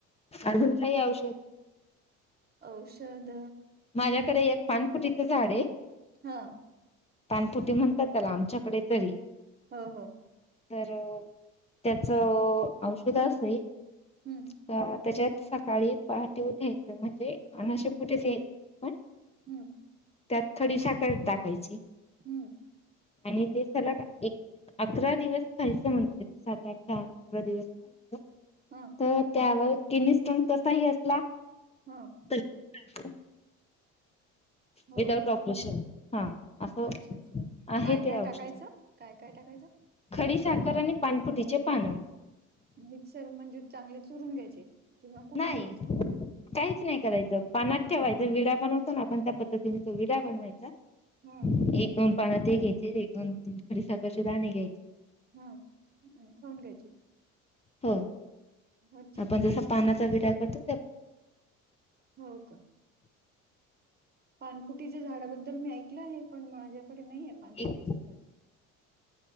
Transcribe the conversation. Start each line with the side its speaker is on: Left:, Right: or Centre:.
Left: अजून काही औषध?
Right: औषध?
Left: माझ्याकडे एक पान फुटीचं झाड हे.
Right: हं!
Left: पानपुटी, म्हणतात त्याला आमच्याकडे तरी.
Right: हो हो!
Left: तर त्याच औषध अस हे.
Right: हम्म
Left: त्याच्यात सकाळी पहाटी उठायचं, म्हणजे अनाश्या पोटी च घ्यायच ते पण.
Right: हूं!
Left: त्यात खडी साखर टाकायची,
Right: हम्म
Left: आणि ते सलग एक अकरा दिवस खायचं म्हणते सात, आठ, दहा, अकरा दिवस खायचं.
Right: हं!
Left: तर त्यावर किडनी स्टोन कसाही असला
Right: हं!
Left: <unintelligible>
Right: <inaudible> हो
Left: विदाउट
Right: का
Left: ऑपरेशन हा असं
Right: अच्छा, अच्छा
Left: आहे
Right: काय,
Left: ते
Right: काय
Left: औषध
Right: टाकायचं काय, काय टाकायचं.
Left: खडी साखर, आणि पानपुटीचे पानं.
Right: मिक्सर म्हणजे चांगले चुरून घ्यायचे, किंवा कुटुन
Left: नाही
Right: घ्यायचे.
Left: काहीच नाही करायचं, पानात ठेवायचं विडा बनवतो ना आपण, त्या पद्धतीने तो विडा बनवायचा.
Right: हा
Left: एक दोन पानं ते घेते, एक दोन खडी साखर चे दाणे घ्याय
Right: हं न खाऊन घ्यायचे.
Left: हो
Right: अच्छा
Left: आपण जसा पानाचा विडा करतो त्या
Right: हो का पानफुटीच्या झाडाबद्दल मी ऐक कलं आहे पण माझ्याकडे नही आहे पानफुटीच
Left: एक मिनिट
Right: झाड.